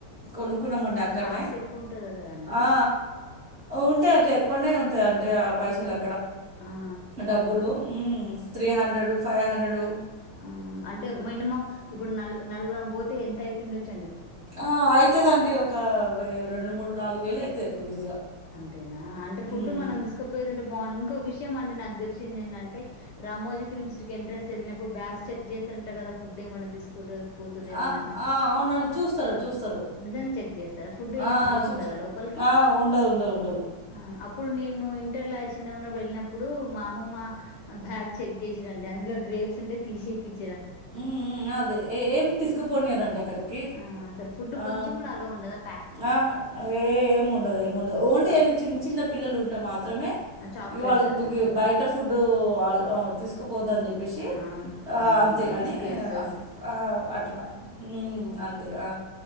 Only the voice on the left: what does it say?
మరి
కాస్ట్ ఎక్కువ ఉంటది కదండి
ఆ
ఆ అంటే మినిమం ఇప్పుడు నలు నలుగురం పోతే ఎంత అయితుండొచ్చు
అంతేనా అంటే
ఫుడ్ మనం తీసుకుపోయేదింటే బావుం ఇంకో విషయం అండి నాకు తెలిసింది ఏంటంటే రామోజీ ఫిల్మ్ సిటీ ఎంట్రెన్స్ వెళ్ళినప్పుడు బ్యాగ్స్ చెక్ చేస్తారంట కదా ఫుడ్ ఏ మన్న తీసుకుర్రూ తుర్రెమోనని
నిజం గా చెక్ చేస్తారా ఫుడ్
ఏం అలో
ఉండదా
లోపలికి
ఆ అప్పుడు నేను ఇంటర్లా చిన్న గా ఉన్నప్పుడు వెళ్ళినప్పుడు మా అమమ్మ బ్యాగ్ చెక్ చేసి రండి అందులో గ్రే ప్స్ తీసేపిచి
ఆ అసలు ఫుడ్
కొంచెం కూడా అలోవ్ ఉండద
చాక్లెట్స్
అట్లా ఉంటదేమో
ఆ
ఆహా
బిస్కెట్స్